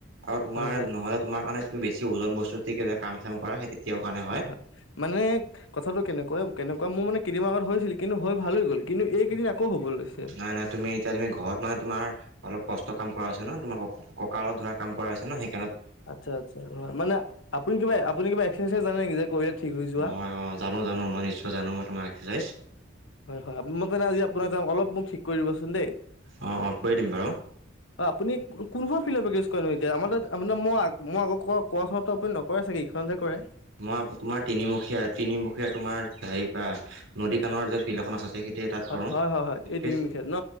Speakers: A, on the right (about 75°); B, on the left (about 75°).
A: আৰু তোমাৰ
B: হয় হয়
A: নহ'লে তোমাৰ অনে বেছি ওজন বস্তু দি কিবা কাম চাম কৰা সেই তেতিয়াও কাৰণে
B: হয় হয়। মানে কথাটো কেনেকুৱা কেনে কুৱা মোৰ মানে কেইদিনমান আগত হৈছিল কিন্তু হৈ ভাল হৈ গ'ল কিন্তু এইকেইদিন আকৌ হ'ব লৈছে
A: নাই নাই তুমি এতিয়া তুমি ঘৰত মানে তোমাৰ অলপ কষ্ট কাম কৰা হৈছে ন তোমাৰ সক - কক কালত ধৰা কাম কৰা আছে ন সেই
B: আচ্ছা আচ্ছা, হয়। মানে আপুনি কিবা আপুনি কিবা এক্সাৰছাইজ জানে নেকি যে কৰিলে ঠিক হৈ যোৱা?
A: মই অঁ জানো জানো মই নিশ্চয় জানো মই তোমাৰ এক্সাৰচাইজ।
B: হয় হয়, <unintelligible> অলপ মোক ঠিক কৰি দিব চ চোন দেই,
A: অঁ অঁ কৰি দিম বাৰু
B: অ' আপুনি কোনখন <unintelligible> এতিয়া। আমাৰ তাত <unintelligible> মোৰ আগৰ কৰাখনত নকৰে চাগে এইখনহে কৰে।
A: মই আপ - তোমাৰ তিনিমুখীয়া - তিনিমুখীয়া তোমাৰ হেৰিৰ পৰা - নদী কাণৰ যে ফিল্ড এখন আছে সেইখিনিতে তাত
B: হয়
A: কৰোঁ
B: হয় হয় হয়
A: প্ৰেক্টিচ।
B: এই তিনিমুখীয়াত ন